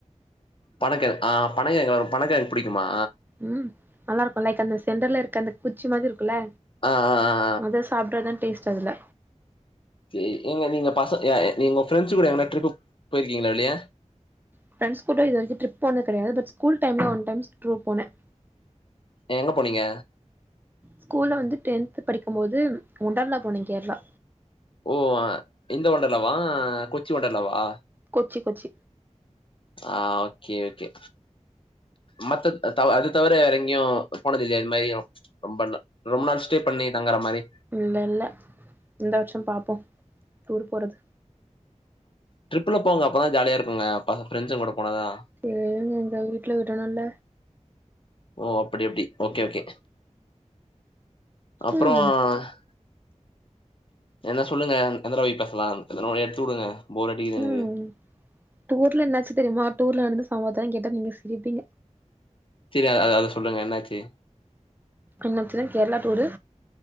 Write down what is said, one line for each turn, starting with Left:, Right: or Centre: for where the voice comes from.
Left: பணக்கு ஆ பணக்கெகு ரொ பணங்கெழங்கு புடிக்குமா
Right: ம் நல்லா இருக்குல்ல லைக்ஸ அந்த சென்டர்ல இருக்க அந்த குச்சி மாதிரி இருக்குல்ல
Left: அ அ அ
Right: அது சாப்டாதா டேஸ்ட் அதுல்ல
Left: சேரி நீங்க நீங்க பச எ நீங்க ஃப்ரெண்ட்ஸ் கூட எங்னா ட்ரிப்பு போயிருக்கீங்ளா வெளிய
Right: ஃப்ரெண்ட்ஸ் கூட இதுவரைக்கும் ட்ரிப் போனது கெடையாது பட் ஸ்கூல் டைம்ல ஒன் டைம் டூர் போனேன்
Left: எங்க போனீங்க
Right: ஸ்கூல்ல வந்து டென்த் படிக்கும் போது ஒண்டர்லா போனேன் கேரளா
Left: ஓ இந்த ஒண்டர்லாவா கொச்சி ஒண்டர்லாவா
Right: கொச்சி கொச்சி
Left: ஆ ஓகே ஓகே மத்த தவ அது தவிர வேற எங்கேயும் போனது இல்லையா இது மாதிரியும் ரொம்ப நா ரொம்ப நாள் ஸ்டே பண்ணி தங்குற மாதிரி
Right: இல்ல இல்ல இந்த வருஷம் பாப்போம் டூர் போறது
Left: ட்ரிப்ல போங்க அப்போதான் ஜாலியா இருக்குங்க பா ஃப்ரெண்டஸ் கூட போனதான்
Right: எஏங்க எங்க வீட்ல விடணும்ல்ல
Left: ஓ அப்டி அப்டி ஓகே ஓகே அப்புறம்
Right: ம்
Left: என்ன சொல்லுங்க எந்த டாப்பிக் பேசலாம் எதுனா ஒன்னு எடுத்து வுடுங்க போர் அடிக்குது
Right: ம் டூர்ல என்னாச்சு தெரியுமா டூர்ல நடந்த சம்பவத்த கேட்டா நீங்க சிரிப்பீங்க
Left: செரி அ அத சொல்லுங்க என்னாச்சு
Right: என்னாச்சுனா கேரளா டூரு